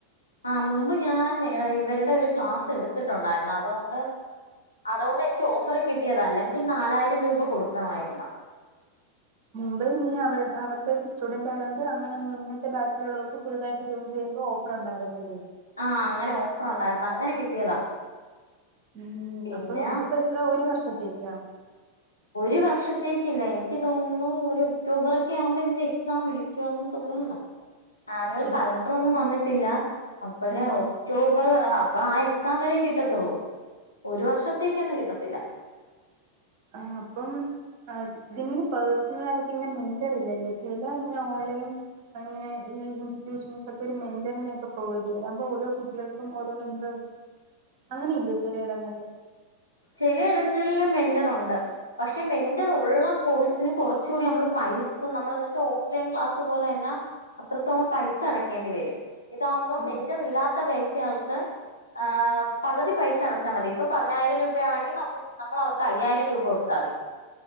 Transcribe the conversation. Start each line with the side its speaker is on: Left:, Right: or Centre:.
Left: ആ മുമ്പ് ഞാൻ ഇവരുടെ ഒരു ക്ലാസ്സ് എടുത്തിട്ടുണ്ടായിരുന്നു അതോണ്ട് അതൊണ്ട് എനിക്ക് ഓഫറ് കിട്ടിയത അല്ലെങ്കിൽ നാലായിരം രൂപ കൊടുക്കണമായിരുന്നു
Right: മുംബൈൽ നീ അവ അവരുടെ ഒരു സ്റ്റുഡന്റ് ആയൊണ്ട് അങ്ങനെ മുന്നത്തെ ബാച്ചിലുള്ളവർക്ക് പുതുതായിട്ട് ജോയിൻ ചെയ്യ ഓഫർ ഉണ്ടായിരുന്നല്ലേ
Left: ആഹ അങ്ങനെ ഓഫർ ഉണ്ടായിരുന്നു അങ്ങനെ കിട്ടിയതാ
Right: ഉം
Left: പിന്നെ
Right: അപ്പൊ ഇതിപ്പോ എത്ര ഒരു വർഷത്തേക്കാ
Left: ഒരു വർഷത്തേക്കില്ല എനിക്ക് തോന്നുന്നു ഒരു ഒക്ടോബറെക്കെ ആകുമ്പോൾ ഇതിന്റെ എക്സാം വിളിക്കുമന്ന് തോന്നുന്നു
Right: <inaudible>
Left: ആനുവൽ
Right: ഇത്
Left: കലണ്ടർ ഒന്നും വന്നിട്ടില്ല അപ്പോഴെ
Right: ഉം
Left: ഒക്ടോബർ
Right: ഉം
Left: അപ്പൊ ആ എക്സാം വരെ കിട്ടത്തുള്ളൂ ഒരു വർഷത്തേക്കൊന്നും കിട്ടത്തില്ല
Right: ആഹ അപ്പം അ ഇതി പേഴസണൽ ആയിട്ട് ഇെ മെൻറർ ഇല്ലല്ലേ ചില ഇങ്ങനെ ഓൺലൈൻ അങ്ങനെ ഈ ഇൻസ്റ്റിറ്റ്യൂഷൻസ് ഒക്കെ ഒരു മെന്ററിനെ ഒക്ക പ്രൊവഡ് ചെയ്ത അപ്പൊ ഓരോ കുട്ടികൾക്കും ഓരോെന്റ അങ്ങനെയിലെ ചിലയിടങ്ങളില്
Left: ചിലയിടങ്ങളിലും എൻ്റെ പണ്ട് പക്ഷെ മെന്ററുള്ള കോഴ്ന് കുറചൂടി നമ്മൾ പൈസ നമ്മെച്ചാൽ ഓഫ്‌ലൈൻ ക്ലാസ്സ് പണ്ടെത്തെ പോലെന്ന അത്രത്തോളം പൈസ അടക്കേണ്ടി വരും ഇതകുമ്പോം
Right: ഓഹ്
Left: മെന്ററില്ലാത്ത ചാൾക്ക് എ പകുതി പൈസ അടച്ചാൽ മതി ഇപ്പ പതിനായിരം രൂ രൂപ ആണെങ്കിൽ നമ് നമ്മൾ അവർക്ക് അയ്യായിരം രൂപ കൊടുത്താൽ മതി